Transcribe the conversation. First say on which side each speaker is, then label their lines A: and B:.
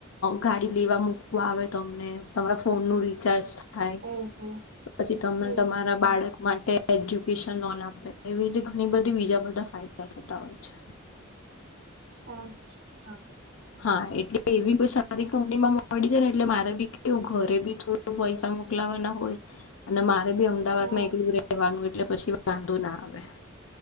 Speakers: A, on the left; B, on the right.
A: ગાડી લેવા મૂકવા આવે તમને તમારા ફોન નું રિચાર્જ થાય.
B: ઓહો
A: પછી તમને
B: અચ્છા
A: તમારા બાળક માટે એજ્યુકેશન લોન આપે એવી રીતે ઘણી બધી બીજા બધા ફાયદા થાય. બતા હોય છે.
B: હ હા.
A: હા એટલે એવી કોઈ સારી કંપનીમાં મળી જ ને એટલે મારે બી કેવું ઘરે બી થોડું પૈસા મોકલાવા ના હોય. અને મારે બી અમદાવાદ
B: હા
A: માં એકલું રહેેવાનું એટલે પછી વાંધુ ના આવે.